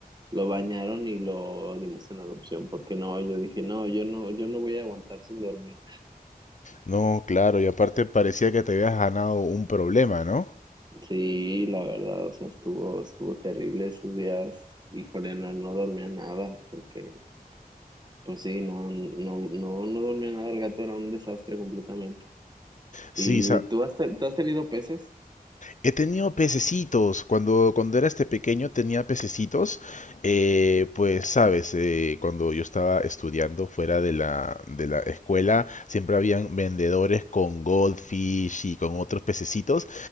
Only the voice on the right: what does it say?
lo bañaron y lo dimos en adopción, porque no, yo dije, no, yo no, yo no voy a aguantar sin dormir.
Sí, la verdad, o sea, estuvo, estuvo terrible esos días. Híjole, no, no dormía nada, porque, pues sí, no, no, no, no dormía nada, el gato era un desastre completamente.
¿Y
tú has, te- tú has tenido peces?